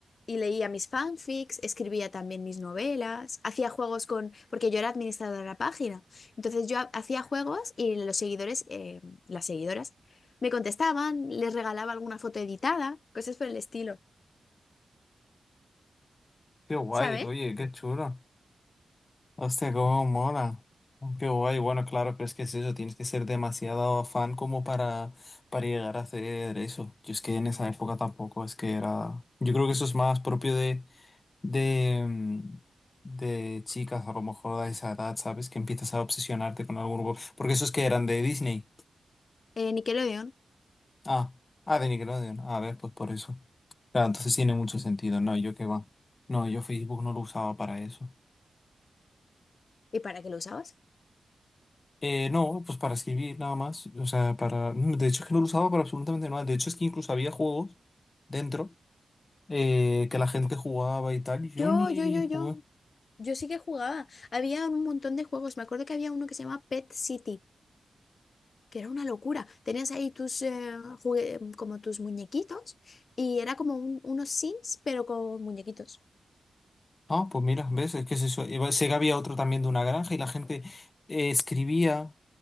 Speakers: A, on the left; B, on the left.
A: y leía mis fanfics, escribía también mis novelas, hacía juegos con, porque yo era administradora de la página, entonces yo ha- hacía juegos y los seguidores, eh, las seguidoras, me contestaban, les regalaba alguna foto editada, cosas por el estilo,
B: qué guay,
A: ¿sabes?
B: oye, qué chulo. Hostia, cómo mola. Qué guay. Bueno, claro, pero es que es eso, tienes que ser demasiado fan como para, para llegar a hacer eso. Yo es que en esa época tampoco, es que era... Yo creo que eso es más propio de, de, mm, de chicas, a lo mejor a esa edad, ¿sabes? Que empiezas a obsesionarte con algún grupo. Porque esos que eran de Disney.
A: Eh, Nickelodeon.
B: Ah, ah, de Nickelodeon. Ah, A ver, pues por eso. Claro, entonces tiene mucho sentido. No, yo qué va. No, yo Facebook no lo usaba para eso.
A: ¿Y para qué lo usabas?
B: Eh, no, pues para escribir nada más. O sea, para. no, De hecho, es que no lo usaba para absolutamente nada. De hecho, es que incluso había juegos dentro eh, que la gente jugaba y tal. y Yo
A: Yo,
B: ni
A: yo, yo,
B: jugué.
A: yo. Yo sí que jugaba. Había un montón de juegos. Me acuerdo que había uno que se llamaba Pet City, que era una locura. Tenías ahí tus eh, jugue- como tus muñequitos y era como un- unos Sims, pero con muñequitos.
B: Ah, pues mira, ¿ves? Es que es eso. Iba- Sé que había otro también de una granja y la gente eh, escribía,